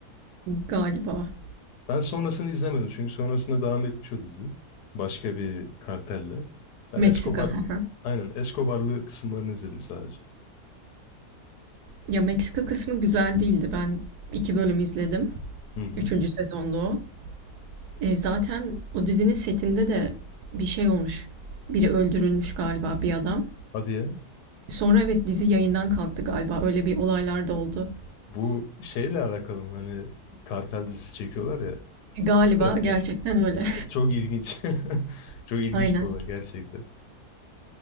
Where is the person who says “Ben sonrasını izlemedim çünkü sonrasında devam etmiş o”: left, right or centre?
Left